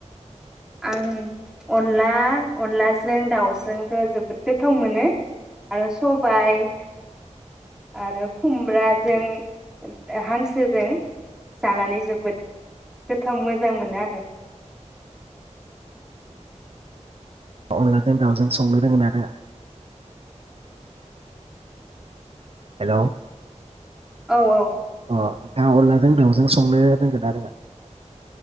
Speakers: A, in the centre; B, on the right.
A: आं अनला, अनलाजों दाउजोंखो जोबोद गोथाव मोनो आरो सबाय आरो खुमब्राजों <unintelligible> हांसोजों जानानै जोबोद गोथाव मोजां मोनो आरो
B: अनलाजों दाउजों संनो रोङोनो ना रोङा हेलौ
A: औ औ
B: अ नोंथाङा अनलाजों दाउजों संनो रोंगोना रोङा?